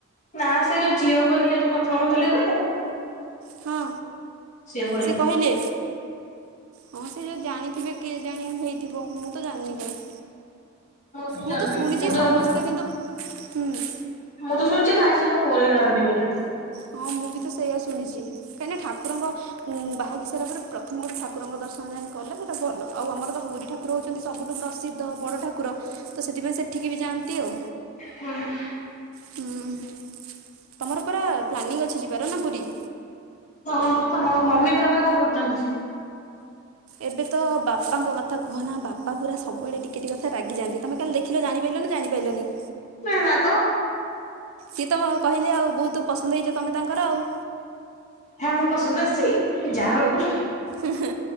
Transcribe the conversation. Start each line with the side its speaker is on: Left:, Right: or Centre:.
Left: ନା ସେ, ଯୋଉ ଝିଅ କହିଲେ ଯୋଉ କଥା ହୋଉନଥିଲେ ଏବେ।
Right: ହଁ
Left: ସିଏ କହିଲା
Right: ସେ କହିଲେ? ହଁ ସେ ଯୋଉ ଜାଣିଥିବେ କେଜାଣି ହୋଇଥିବ? ମୁଁ ତ ଜାଣିନି କାହିଁ।
Left: ବି
Right: ମୁଁ
Left: ଜାଣିନି
Right: ତ ଶୁଣିଛି,
Left: ମୁଁ ତ
Right: ସମସ୍ତେ
Left: ଭାବେ
Right: କିନ୍ତୁ ହୁଁ
Left: ମୁଁ ତ ଶୁଣିଛି ଭାଇସ ପଳେଇ ନାଥାନ୍ତି ବୋଲି।
Right: ହଁ ମୁଁ ବି ତ ସେଇଆ ଶୁଣିଛି। କାହିଁକି ଠାକୁରଙ୍କ ବାହାକି ସାରା ପରେ ପ୍ରଥମ ଗୋଟେ ଠାକୁରଙ୍କ ଦର୍ଶନ ଯାଇ କଲେ ସେଇଟା ଭଲ। ଆଉ ଆମର ତ ପୁରୀ ଠା କୁର ହଉଛନ୍ତି ସବୁଠୁ ପ୍ରସିଦ୍ଧ ବଡ ଠାକୁର, ତ ସେଥିପାଇଁ ସେଠିକି ବି ଯାଆନ୍ତି ଆଉ।
Left: ହୁଁ ହୁଁ।
Right: ହୁଁ ତମର ପୁରା ପ୍ଲାନିଂ ଅଛି ଯିବାର ନା ପୁରୀ?
Left: ହ ତମ ମମି ବାବା କଣ କରୁଛନ୍ତି?
Right: ଏବେ ତ ବାପାଙ୍କ କଥା କୁହ ନା ବାପା ପୁରା ସବୁବେଳେ ଟିକେ ଟିକେ କଥା ରାଗିଯାନ୍ତି ତମେ କାଲି ଦେଖ କିିଲ ତ ଜାଣିପାରିଲନି ଜାଣିପାରିଲନି,?
Left: ନା ନା ତ
Right: ସିଏ ତ କହିଲେ ଆଉ ବହୁତ ପସନ୍ଦ ହେଇଛ ତମେ ତାଙ୍କର ଆଉ
Left: ହେଁ ମୁଁ ପସନ୍ଦ ଆସିଛି ଯା ହଉ
Right: ହଁ